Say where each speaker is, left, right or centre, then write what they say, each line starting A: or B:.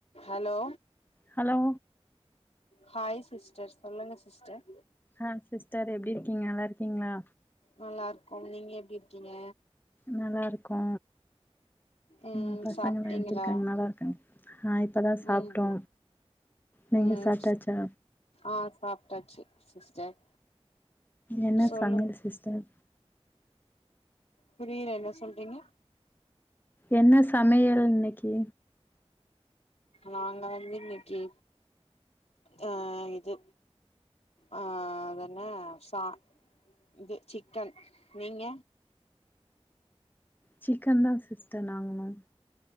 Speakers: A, on the left; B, on the left.
A: Hello
B: hello
A: hi sister சொல்லுங்க sister
B: ஆ sister எப்டி இருக்கீங்க நல்லா இருக்கீங்களா
A: நல்லா இருக்கோ நீங்க எப்டி இருக்கீங்க
B: நல்லா இருக்கோ
A: ம்
B: உங் பசங்கலா
A: சாப்ட்டீங்களா
B: எப்டியிருக்காங்க நல்லா இருக்காங்க ஆ இப்பதா சாப்ட்டோ
A: ம்
B: நீங்க
A: ம்
B: சாப்ட்டாச்சா
A: ஆ சாப்ட்டாச்சு சிஸ்டர்
B: என்ன
A: சொல்லுங்
B: சமயல் சிஸ்டர்
A: புரியில என்ன சொல்றீங்க
B: என்ன சமையல் இன்னைக்கு
A: நாங்க வந்து இன்னைக்கு அ இது ஆ அதென்னா சா இது சிக்கன் நீங்க
B: சிக்கன் தா சிஸ்டர் நாங்களு